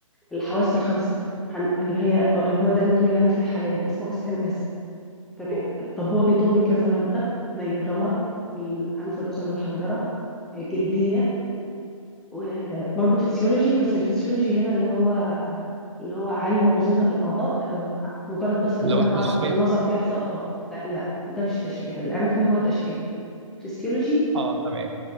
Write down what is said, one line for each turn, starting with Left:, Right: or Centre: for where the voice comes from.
Centre: الحواس الخمسة هن- اللي هي اللي هو ده المديول اللي أنا فيه حاليا اسمه اس ان اس تمام طب هو بيضم كذا مادة زي الرمد الأنف والأذن والحنجرة الجلدية وبرضه فسيولوجي بس الفسيولوجي هنا اللي هو اللي هو علم وظيفة الأعضاء آه، مجرد بس إن
Right: اللي
Centre: أنا
Right: هو التشريح
Centre: هعرف في النظر بيحصل اه لا لا ده مش تشريح الأناتومي هو تشريح فسيولوجي
Right: اه تمام